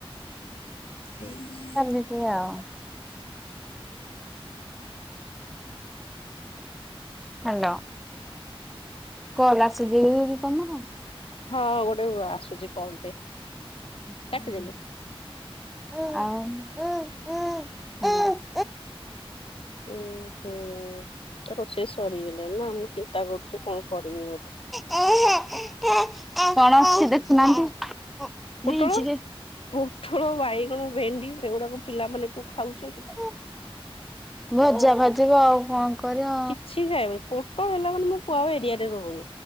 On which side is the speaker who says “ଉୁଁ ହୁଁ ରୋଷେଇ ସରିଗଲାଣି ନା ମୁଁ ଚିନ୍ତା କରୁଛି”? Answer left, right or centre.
Left